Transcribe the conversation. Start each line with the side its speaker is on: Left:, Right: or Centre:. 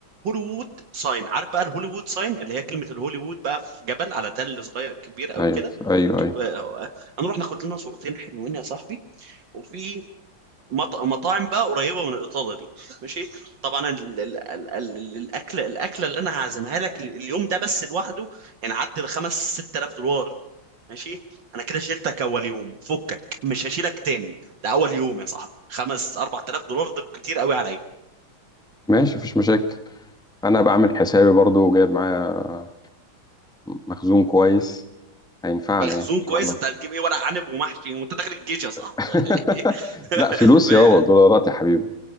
Right: هوليوود ساين عارف بقى الهوليوود ساين اللي هي كلمة الهوليوود بقى في جبل على تل صغير كبير قوي
Centre: ايوه
Right: كده
Centre: ايوه
Right: مكتوب
Centre: ايوه
Right: آه، هنروح ناخد لنا صورتين حلوين يا صاحبي وفي مط... مطاعم بقى قريبة من الإطالة دي ماشي طبعا ال... ال... ال... ال... الأكل الأكلة اللي أنا هعزمها لك ال- اليوم ده بس لوحده يعني عدى الخمس ست آلاف دولار ماشي انا كده شيلتك اول يوم فكك مش هشيلك تاني ده اول يوم يا صاحبي خمس اربع تلاف دولار ده كتير قوي عليا
Centre: ماشي مفيش مشاكل انا بعمل حسابي برضو وجايب معايا مخزون كويس هينفعنا
Right: مخزون
Centre: يعني ان شاء
Right: كويس
Centre: الله
Right: انت هتجيب ايه ورق عنب ومحشي وانت داخل الجيش يا صاحبي
Centre: <laughs>
Right: ولا ايه <laughs>
Centre: لا فلوس يا بابا دولارات يا حبيبي